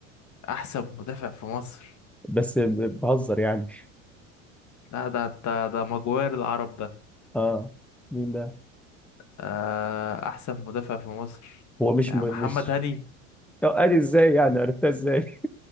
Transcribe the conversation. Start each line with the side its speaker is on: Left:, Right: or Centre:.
Left: احسن مدافع في مصر
Centre: بس ب- بهزر يعني
Left: لا ده ده ده مجوار العرب ده
Centre: اه مين ده
Left: آه، احسن مدافع في مصر
Centre: هو مش
Left: يا
Centre: م... مش
Left: محمد هاني
Centre: آه، ادي ازاي يعني عرفتها ازاي